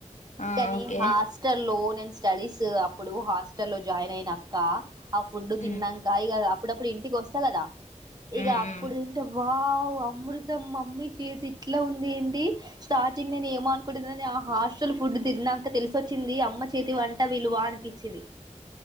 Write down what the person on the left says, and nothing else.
ఆ
ఓకే
ఉమ్
ఉమ్
ఉమ్